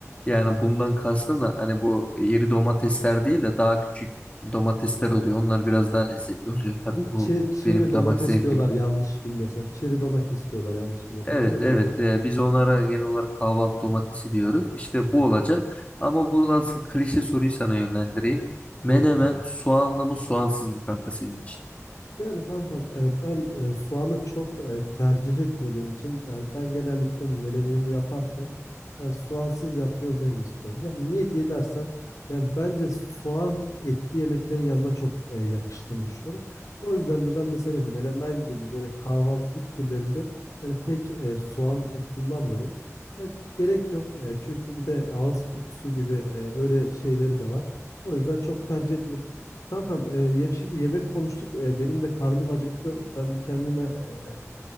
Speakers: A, on the left; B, on the left.
A: Yani
B: Hı hı.
A: bundan kastım da hani bu iri domatesler değil de daha küçük domatesler oluyor. Onlar biraz daha lezzetli oluyor. Tabii bu
B: Çe- Çeri
A: benim
B: domates
A: damak zevkime
B: diyorlar yanlış bilmiyorsam. Çeri domates diyorlar yanlış bilmiyorsam
A: Evet
B: değil mi kanka?
A: evet Ee, biz onlara genel olarak kahvaltı domatesi diyoruz. İşte
B: Hı
A: bu
B: hı.
A: olacak. Ama burada asıl klişe soruyu sana yönlendireyim. Menemen
B: Buyur kanka.
A: soğanlı mı soğansız mı kanka senin için?
B: Yani kankam e, ben e, soğanı çok e, tercih etmediğim için yani ben genellikle melemenimi yaparken yani soğansız yapmaya özen gösteriyorum. Ya niye diye dersen ya bence soğan etli yemeklerin yanına çok e, yakıştığını düşünüyorum. O yüzden de ben mesela melemen gibi böyle kahvaltılık türlerinde yani pek e, soğan e, kullanmıyorum. Ya gerek yok E, çünkü bir de ağız kokusu gibi e, öyle şeyleri de var. O yüzden çok tercih etmiyorum. Kankam e, ye- şimdi yemek konuştuk. E, benim de karnım acıktı. Ben bir kendime e,